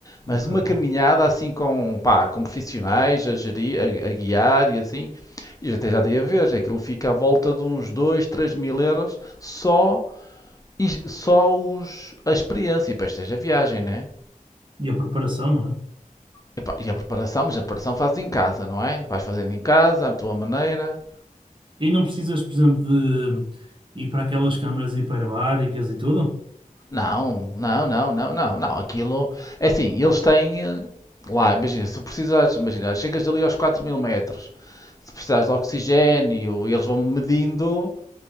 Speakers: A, on the left; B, on the right.
A: Mas
B: ok.
A: uma caminhada assim com, pá, com profissionais a gerir, a, a guiar e assim. E até já tinha a ver, aquilo fica à volta de uns 2, três mil euros só e só os, a experiência, e depois tens a viagem, né?
B: E a preparação, não é?
A: Epá, E a preparação, mas a preparação fazes em casa, não é? Vais fazendo em casa, à tua maneira.
B: E não precisas, por exemplo, de ir para aquelas câmaras hiperbáricas e tudo?
A: Não, não, não, não, não, não. Aquilo é assim, eles têm eh, lá, imagina, se precisares, imagina, chegas ali aos quatro mil metros, se precisares de oxigênio, eles vão medindo,